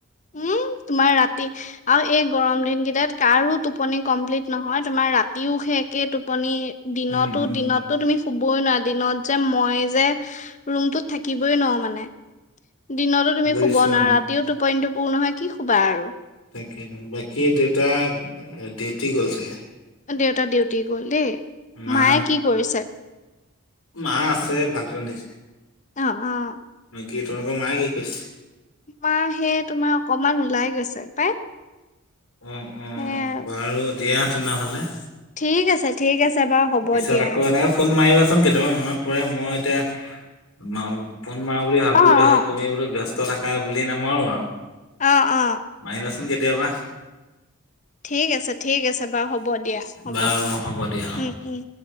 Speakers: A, on the left; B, on the left.
A: উম, তোমাৰ ৰাতি। আৰু এই গৰম দিনকেইটাত কাৰো টোপনি কমপ্লিট নহয় তোমাৰ ৰাতিও সে একে টোপনি। দিনতো,
B: উম উম
A: দিনতো তুমি হুবই নোৱাৰা দিনত যে মই যে ৰুমতোত থাকিবই নোৱাৰো মানে। দিনতো তুমি
B: বুজিছো
A: শুব নোৱাৰা
B: অ
A: ৰাতিও টোপনিটো পুৰ নহয় কি শুবা আৰু।
B: তাকে ত বাকী দেউটা ডিউটি গ'ল চাগে।
A: দেউতা ডিউটি গ'ল দেই
B: মা
A: মায়ে কি কৰিছে?
B: মা আছে ভাত ৰান্ধিছে,
A: অ', অ',
B: বাকী কি তোমালোকৰ মায়ে কি কৰিছে।
A: মা সেয়ে তোমাৰ অকমান ওলাই গৈছে পাই।
B: অ', অ',
A: সেয়া
B: বাৰু দিয়া তেনেহ'লে।
A: ঠিক আছে। ঠিক আছে বাৰু। হ'ব
B: পিছত
A: দিয়া,
B: আকৌ এনেকে ফোন মাৰিবাচোন কেতিয়াবা মনত পৰে মই এতিয়া ফোন মাৰো বুলি
A: অ',
B: ভাবোঁ
A: অ',
B: তাৰপিছত তুমি বোলো ব্যস্ত থাকা বুলি নামাৰো আৰু।
A: অ', অ'।
B: মাৰিবাচোন কেতিয়াবা।
A: ঠিক আছে, ঠিক আছে বাৰু হ'ব দিয়া হ'ব
B: বাৰু হ'ব দিয়া।
A: উম, উম।